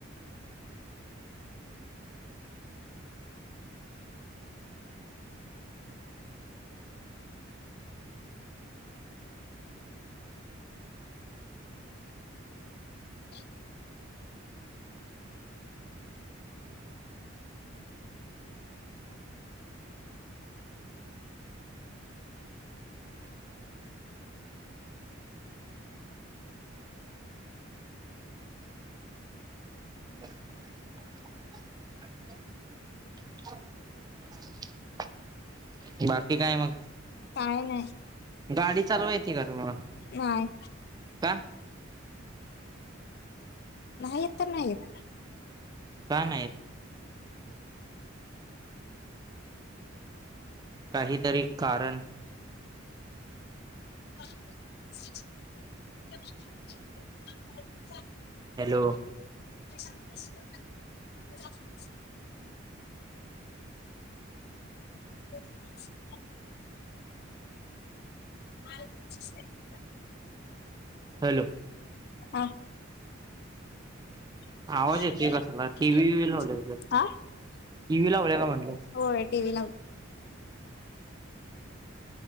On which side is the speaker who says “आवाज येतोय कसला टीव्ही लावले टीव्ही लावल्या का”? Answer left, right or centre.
Right